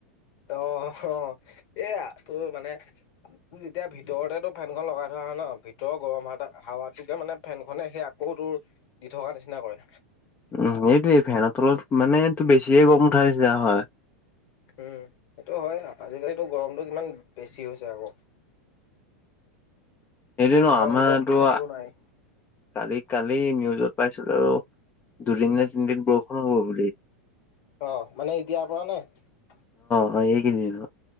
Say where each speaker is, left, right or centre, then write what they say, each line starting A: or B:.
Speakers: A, on the left; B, on the left.
A: অ অ এইয়া তোৰ মানে যেতিয়া ভিতৰতে তটো ফেনখন লগাই থোৱা। হয় ন ভিতৰৰ গৰম হা হাৱাতোকে মানে ফেনখনে সেই আকৌ তোৰ দি থকা নিচিনা কৰে।
B: উম এইটোই ফেনৰ তলত মানেটো বেছিয়ে গম উঠাইছিলে হয়।
A: উম সেইটো হয় আজিকালো গৰমটো কিমান বেছি হৈছে আকৌ।
B: সটো নো
A: ঘৰৰ
B: আমাৰতো
A: ভিতৰত থাকিব নোৱাৰি
B: কালি। কালি নিউজত পাইছিলো আৰু দুদিন নে তিনদিন বৰষুণ হ'ব বুলি।
A: অ মানে এতিয়াৰ পৰা নে।
B: অ এই কেইদিনত।